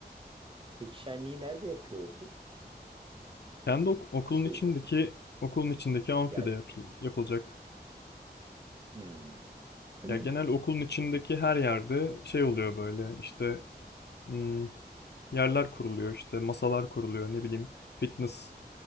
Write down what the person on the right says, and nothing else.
Peki şenliği nerede yapıyor okul?
Şeyde
yer.
Hmm. <clears throat>